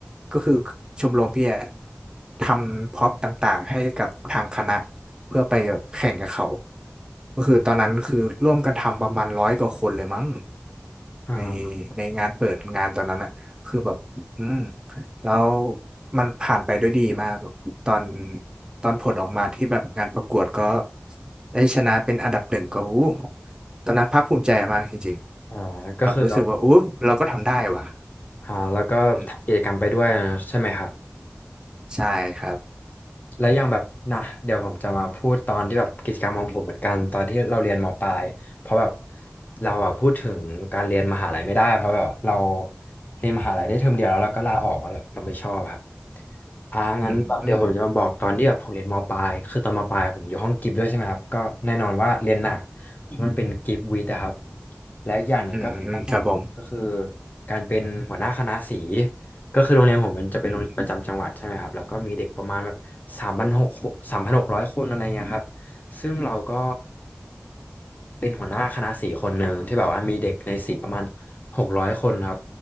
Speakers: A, on the right; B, on the left.
A: ก็คือชมรมพี่อะทำพร็อพต่างๆให้กับทางคณะเพื่อไปแบบแข่งกับเขาก็คือตอนนั้นคือร่วมกันทำประมาณร้อยกว่าคนเลยมั้ง
B: อ่า
A: ในในงานเปิดงานตอนนั้นอะคือแบบอืมแล้วมันผ่านไปด้วยดีมากตอนตอนผลออกมาที่แบบงานประกวดก็ได้ชนะเป็นอันดับหนึ่งก็อู้ตอนนั้นภาคภูมิใจมากจริง
B: อ่าก็คือเรา
A: ๆแบบรู้สึกว่าอู้เราก็ทำได้ว่ะ
B: อ่าแล้วก็ทำกิจกรรมไปด้วยใช่ไหมครับ
A: อืมใช่ครับ
B: แล้วอยังแบบนะเดี๋ยวผมจะมาพูดตอนที่แบบกิจกรรมของผมเหมือนกันตอนที่เราเรียนมปลายเพราะแบบเราอะพูดถึงการเรียนมหาลัยไม่ได้เพราะแบบเราเรียนมหาลัยได้เทอมเดียวแล้วเราก็ลาออกแล้วเราไม่ชอบครับอ่างั้นแบบเดี๋ยวผมจะมาบอกตอนที่แบบผมเรียนมปลายคือตอนมปลายผมอยู่ห้องกิฟต์ด้วยใช่ไหมครับก็แน่นอนว่าเรียนหนักเพราะมันเป็นกิฟต์วิทย์อะครับ
A: อืมอืม
B: และอีกอย่างหนึ่งก็คือตองผมก็คือ
A: อืมอืมครับผม
B: การเป็นหัวหน้าคณะสีก็คือโรงเรียนผมมันจะเป็นโรงเรียนประจำจังหวัดใช่ไหมครับแล้วก็มีเด็กประมาณแบบสามพันหกสามพันหกร้อยคนอะไรเงี้ยครับ
A: อืม
B: ซึ่งเราก็เป็นหัวหน้าคณะสีคนหนึ่งที่แบบว่ามีเด็กในสีประมาณหกร้อยคนครับ